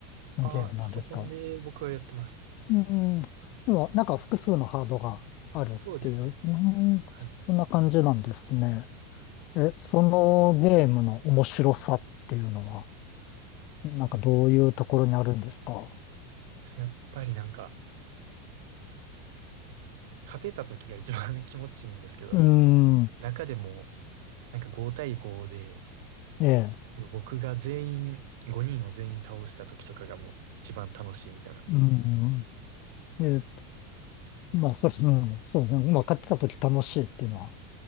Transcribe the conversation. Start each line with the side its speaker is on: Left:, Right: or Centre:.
Left: のゲームなんですか
Right: あー、パソコンで僕はやってます。
Left: うん。でも、なんか複数のハードがあるっていう、
Right: そうですね。
Left: うん、そ
Right: はい。
Left: んな感じなんですね。え、そのゲームの面白さっていうのは、なんかどういうところにあるんですか
Right: え、やっぱりなんか、勝てた時が一番 <laughs> 気持ちいいんですけど、
Left: うん。
Right: 中でも、なんか5対5で、
Left: ええ。
Right: あの僕が全員、5人を全員倒した時とかがもう一番楽しいみたいな。<laughs>
Left: うん。え、まあ、そうですね。うんそうですね。まあ、買ってた時楽しいっていうのは